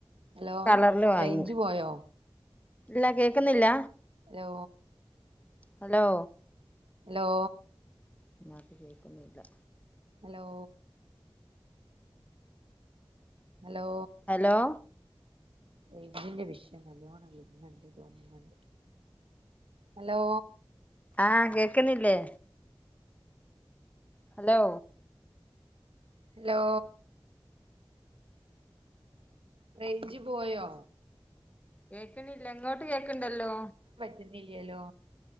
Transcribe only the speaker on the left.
കളറില് വാങ്ങി.
ഇല്ല കേക്കുന്നില്ല.
ഹലോ?
ഇതിനാത്ത് കേക്കുന്നില്ല.
ഹലോ
ആഹ് കേക്ക്ന്നില്ലേ? ഹലോ
കേക്ക്ണില്ല ഇങ്ങോട്ട് കേക്ക്ണ്ടല്ലോ.